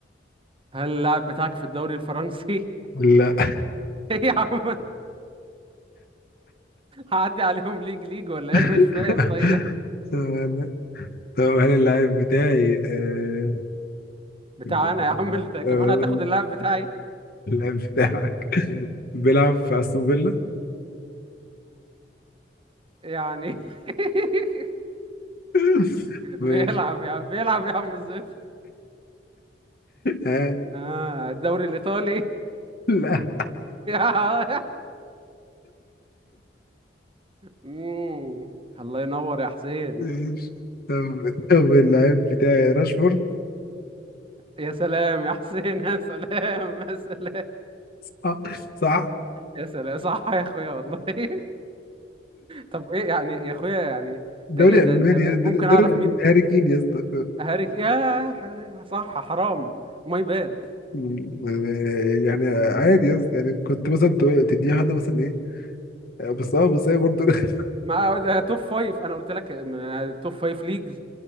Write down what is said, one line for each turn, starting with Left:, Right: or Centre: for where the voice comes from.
Right: هل اللاعب بتاعك في الدوري الفرنسي <laughs>
Left: لا
Right: ايه يا عم هعدي عليهم ليج ليج ولا
Left: <laughs>
Right: إيه؟ انا مش فاهم طيب
Left: لا. طب هل اللاعب بتاعي آه
Right: بتاع
Left: ب-
Right: انا يا عم اللي ده كمان
Left: آه،
Right: هتاخد اللاعب بتاعي
Left: اللاعب بتاعك بيلعب في استون فيلا؟
Right: يعني <laughs>
Left: <laughs> ماشي
Right: بيلعب يا عم بيلعب يا عم الزفت
Left: آه
Right: اه الدوري الايطالي
Left: لا
Right: <laughs> يا مم. الله ينور يا حسين
Left: ماشي طب طب اللاعب بتاعي راشفورد
Right: يا سلام يا حسين <laughs> يا سلام يا سلام
Left: صح صح
Right: يا سلام صح يا اخويا والله <laughs> طب ايه يعني يا اخويا يعني ده
Left: دوري
Right: ايه ده
Left: المانيا
Right: انت ممكن
Left: دوري
Right: اعرف
Left: المانيا
Right: مين
Left: هاري كين يا اسطى
Right: هاريك يا ح- صح حرام ماي باد
Left: مم. آه، يعني عادي
Right: مم.
Left: يس يعني كنت مثلا تقول- تديها واحدة مثلا ايه آه، بس اه بس ايه برضه <laughs>
Right: ما ده توب فايف انا قلت لك م- توب فايف ليجز